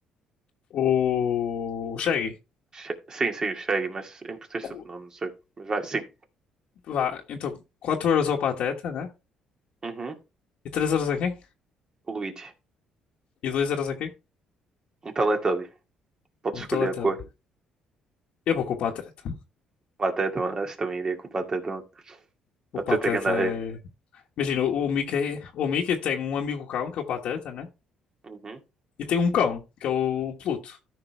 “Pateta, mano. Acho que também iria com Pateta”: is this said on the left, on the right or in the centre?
Right